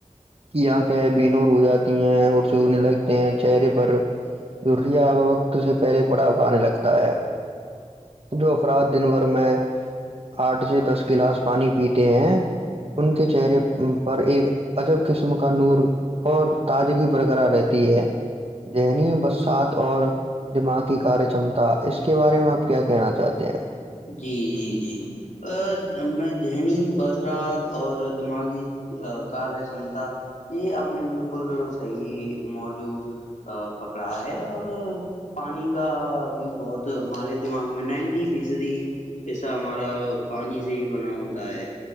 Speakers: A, on the right (about 50°); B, on the left (about 80°).
A: کی آنکھیں ہے بینوں رو جاتی ہیں اور سوکھنے لگتے ہیں چہرے پر ررییا وقت اس سے پہلے پڑا ہوا آنے لگتا ہے جو افراد دن بھر میں آٹھ سے دس گلاس پانی پیتا ہیں ان کے چہرے پر ایک اجب قسم کا نور اور تجگی برقرار رہتی ہے ذہنی برسات اور دماغ کی کاریہ چمتا اس کے بارے میں آپ کیا کہنا چاہتے ہیں
B: جی جی جی ا میں ذہنی بثرات اور دماغی کاریہ چمتا یہ آپ نے بالکل صحی موجو پکڑا ہے اور پانی کا بھی بہت <unintelligible> تو ہمارے دماغ میں نائنٹی فیصدی ایسا ہمارا پانی سے ہی بنا ہوتا ہے